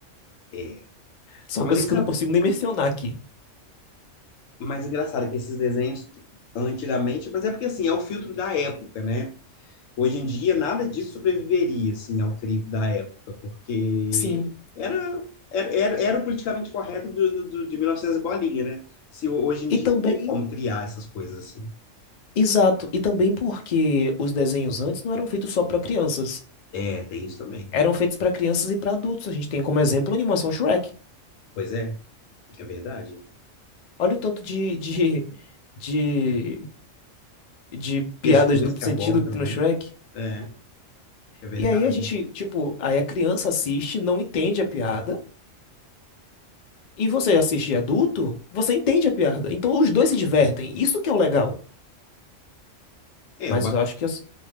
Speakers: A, on the left; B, on the left.
A: É.
B: São
A: Ah,
B: coisas
A: mas eles
B: que eu não consigo nem mencionar aqui.
A: mas engraçado que esses desenhos antigamente, mas é porque assim, é o filtro da época, né? Hoje em dia, nada disso sobreviveria, assim, ao crivo da época, porque
B: Sim.
A: era, era, era, era o politicamente correto do, do, do- de 1900 bolinha, né? Se ho- hoje em
B: E
A: dia
B: também,
A: não tem como criar essas coisas assim.
B: exato, e também porque os desenhos antes não eram feitos só para crianças.
A: É, tem isso também.
B: Eram feitos para crianças e para adultos. A gente tem como exemplo a animação Shrek.
A: Pois é, é verdade.
B: Olha o tanto de, de, de, de piada
A: Questões
B: de duplo
A: que
B: sentido
A: abordam,
B: que tem
A: né?
B: no Shrek.
A: É, é verdade.
B: E aí a gente, tipo, aí a criança assiste, não entende a piada. E você assiste adulto, você entende a piada. Então os dois se divertem. Isso que é o legal.
A: É,
B: Mas
A: o
B: eu acho que as-